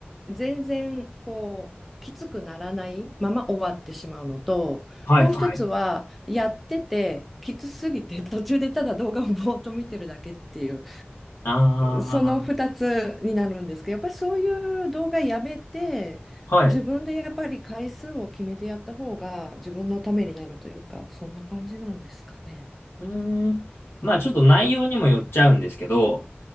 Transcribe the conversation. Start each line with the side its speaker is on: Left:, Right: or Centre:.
Centre: 全然こう、きつくならないまま終わってしまうのと、
Left: はい、
Centre: もう一つは、
Left: はい。
Centre: やってて、きつすぎて途中でただ動画をぼーっと見てるだけっていう。
Left: あ
Centre: その2つになるんですけど、やっぱりそういう動画やめて、
Left: あ、はい。
Centre: 自分でやっぱり回数を決めてやった方が自分のためになるというか、そんな感じなんですかね。
Left: うーん。まあちょっと内容にもよっちゃうんですけど、